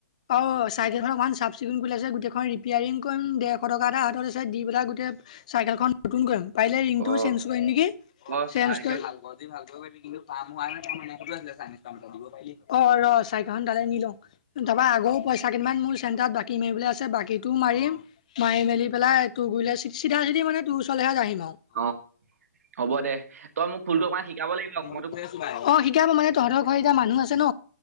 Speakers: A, on the left; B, on the right.
A: অ, চাইকেল খন পাঁমচা চিকুণ কুলি আছে গোটেইখন ৰিপেয়াৰিং কৰিম, ডেৰশ টকা এটা হাতত আছে, দি পেলাই গোটেই চাইকেলখন নতুন কৰিম। পাৰিলে ৰিংতো
B: অ
A: চেঞ্জ কৰিম নেকি?
B: অ
A: চেঞ্জ
B: চাইকেল
A: কৰি অঁ, ৰ চাইকেলখন তালে নি লওঁ। তাৰ পৰা আগৰো পইচা কেইমান মোৰ চেন্টাৰত বাকী মাৰিবলৈ আছে, বাকীতো মাৰিম। মাৰি মেলি পেলাই তোৰ গলে চি চি চিধা মানে তোৰ ওচৰলৈহে আহিম আৰু।
B: অ, হ'ব দে তই মোক ফুলটো অকণমান শিকাব লাগিব অকমান।
A: অ, শিকাব মানে তহঁতৰ ঘৰ এতিয়া মানুহ আছে ন,